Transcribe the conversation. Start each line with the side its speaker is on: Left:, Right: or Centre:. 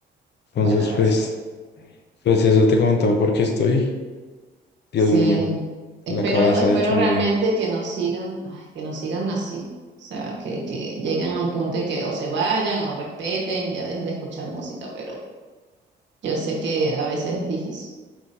Left: Entonces,
Right: Bueno, Rosa.
Left: pues, pues eso te comentaba porque estoy, Dios
Right: Sí,
Left: mío,
Right: espero,
Left: la cabeza
Right: espero
Left: hecha
Right: realmente
Left: un lío.
Right: que nos sigan, ay, que nos sigan así. O sea, que, que lleguen a un punto en que o se vayan o respeten, ya dejen de escuchar música, pero yo sé que a veces es difícil,